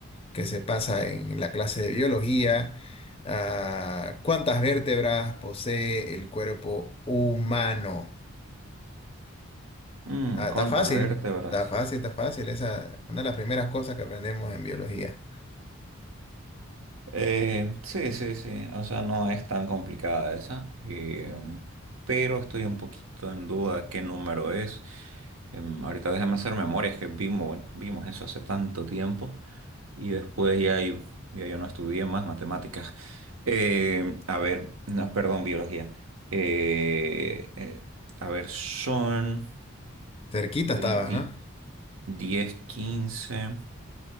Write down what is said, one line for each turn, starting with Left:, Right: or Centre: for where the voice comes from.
Left: que se pasa en la clase de biología. Ah, ¿cuántas vértebras posee el cuerpo humano?
Right: Mm,
Left: Ah,
Right: ¿cuántas
Left: Está fácil,
Right: vértebras?
Left: está fácil, está fácil. Esa es una de las primeras cosas que aprendemos en biología.
Right: Eh, sí, sí, sí. O sea, no es tan complicada esa. eh, pero estoy un poquito en duda qué número es. Em, ahorita déjame hacer memoria, es que vimos, vimos eso hace tanto tiempo. Y después ya yo, ya yo no estudié más matemáticas. Eh, a ver, no, perdón, biología. Eh, eh, a ver, son
Left: Cerquita
Right: 20,
Left: estabas, ¿no?
Right: 10, quince